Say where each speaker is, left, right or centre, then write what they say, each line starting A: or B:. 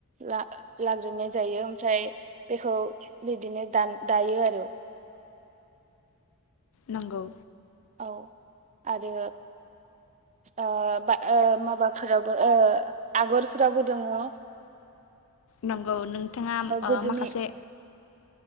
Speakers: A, on the right; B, on the left.
A: ला लाग्रोननाय जायो ओमफ्राय बेखौ बिदिनो दानो दायो आरो
B: नंगौ
A: औ आरो ओ बाय ओ माबाफोरावबो ओ आगरफोरावबो दङ ओ
B: नंगौ नोंथाङा ओ
A: गोदोनि
B: माखासे